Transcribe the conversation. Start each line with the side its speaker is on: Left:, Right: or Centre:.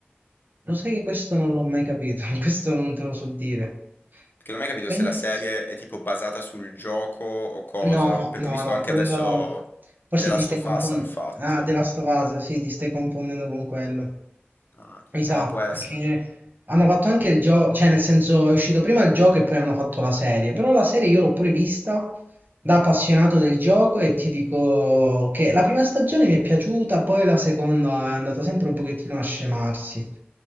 Right: Lo sai che questo non l'ho mai capito, <laughs> questo non te lo so dire.
Left: Perché non ho mai capito
Right: Penso...
Left: se la serie è tipo basata sul gioco o cosa.
Right: No,
Left: Perché
Right: no,
Left: ho visto
Right: no,
Left: anche
Right: quello...
Left: adesso
Right: Forse
Left: The Last
Right: ti stai
Left: of
Right: confondendo...
Left: Us hanno fatto.
Right: Ah, The Last of Us, sì, ti stai confondendo con quello.
Left: Ah,
Right: Esatto,
Left: eh, può essere.
Right: perché hanno fatto anche il gioco, cioè nel senso è uscito prima il gioco e poi hanno fatto la serie, però la serie io l'ho pure vista da appassionato del gioco e ti dico che la prima stagione mi è piaciuta, poi la seconda è andata sempre un pochettino a scemarsi,